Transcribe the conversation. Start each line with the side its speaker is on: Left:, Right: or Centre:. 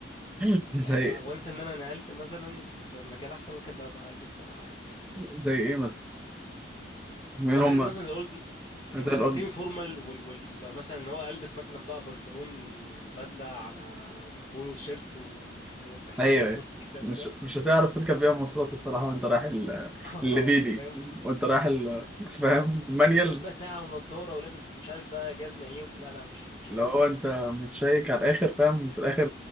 Centre: <laughs> زي
Left: يعني وانسى ان انا نقلت مثلا في مكان احسن ممكن بقى, بقى البس بقى عادي يعني
Centre: زي إيه مثلا مين
Left: هو
Centre: هما
Left: حاجه زي مثلا زي اولد يعني
Centre: زي
Left: مثلا
Centre: الأم
Left: سيمي فورمال وال... وال... لو مثلا ان هو البس مثلا بقى بنطلون بدله على بولو شيرت و... والحزام
Centre: أيوه أيوه.
Left: والكلام
Centre: مش
Left: ده
Centre: مش هتعرف تركب بيها مواصلات الصراحة وأنت رايح ال-
Left: <laughs> اه
Centre: الليبيلي
Left: فاهم
Centre: وأنت رايح ال- فاهم المانيال
Left: ولابس بقى ساعه ونضاره ولابس مش عارف بقى جزمه ايه و... لا لا مش مش حاسسها
Centre: اللي هو انت
Left: يعني
Centre: متشيك على الاخر فاهم وفي الاخر